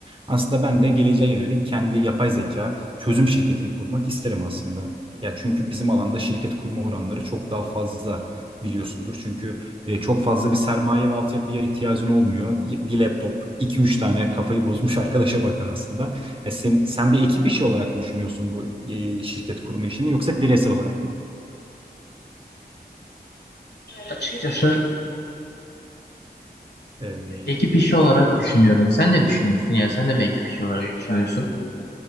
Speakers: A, on the right; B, on the left.
A: aslında ben de geleceğe yönelik kendi yapay zeka çözüm şirketimi kurmak isterim aslında. Ya çünkü bizim alanda şirket kurma oranları çok daha fazla biliyorsundur. Çünkü e, çok fazla bir sermaye ve altyapıya ihtiyacın olmuyor. Bir laptop, 2-3 tane kafayı bozmuş arkadaşa bakar aslında. E sen, sen bir ekip işi olarak mı düşünüyorsun bu e, şirket kurma işini yoksa bireysel olarak mı?
B: Açıkçası
A: E,
B: ekip işi olarak
A: e,
B: düşünüyorum. Sen ne düşünüyorsun? Yani sen de mi ekip işi olarak düşünüyorsun?